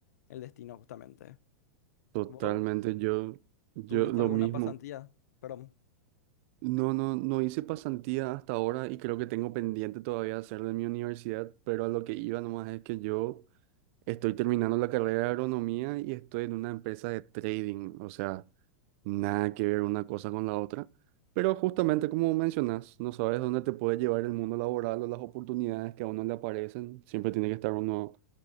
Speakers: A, on the left; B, on the right.
A: el destino justamente.
B: Totalmente,
A: ¿Vos
B: yo, yo
A: tuviste
B: lo
A: alguna
B: mismo.
A: pasantía? Perdón.
B: No, no, no hice pasantía hasta ahora y creo que tengo pendiente todavía hacer de mi universidad, pero a lo que iba nomás es que yo Estoy terminando la carrera de agronomía y estoy en una empresa de trading, o sea, nada que ver una cosa con la otra. Pero justamente como mencionas, no sabes dónde te puede llevar el mundo laboral o las oportunidades que a uno le aparecen. Siempre tiene que estar uno